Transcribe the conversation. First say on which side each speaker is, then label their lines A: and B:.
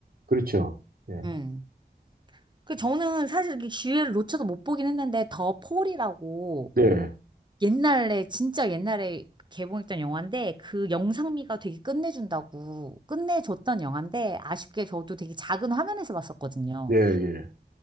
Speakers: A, on the right; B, on the right.
A: 그렇죠. 예,
B: 음. 그 저는 사실 그 기회를 놓쳐도 못 보긴 했는데 더 폴이라고
A: 예,
B: 옛날에 진짜 옛날에 개봉했던 영화인데 그 영상미가 되게 끝내준다고 끝내줬던 영화인데 아쉽게 저도 되게 작은 화면에서 봤었거든요.
A: 예, 예.